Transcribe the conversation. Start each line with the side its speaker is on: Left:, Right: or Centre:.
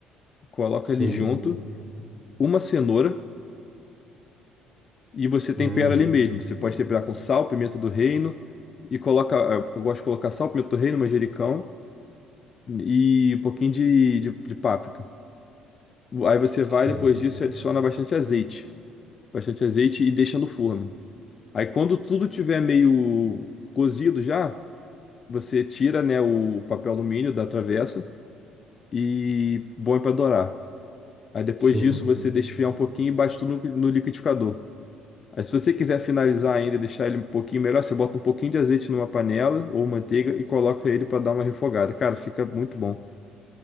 Left: coloca
Right: sim.
Left: ali junto, uma cenoura. E você
Right: Hum,
Left: tempera ali mesmo. Você pode temperar com sal, pimenta do reino e coloca. eh, Eu gosto de colocar sal, pimenta do reino, manjericão e um pouquinho de, de, de páprica. Aí você vai
Right: sim,
Left: depois disso e adiciona bastante azeite. Bastante azeite e deixa no forno. Aí quando tudo tiver meio cozido já, você tira, né, o papel alumínio da travessa e põe para dourar. Aí depois
Right: sim.
Left: disso você deixa esfriar um pouquinho e bate tudo no no liquidificador. Aí, se você quiser finalizar ainda e deixar ele um pouquinho melhor, você bota um pouquinho de azeite numa panela ou manteiga e coloca ele para dar uma refogada. Cara, fica muito bom.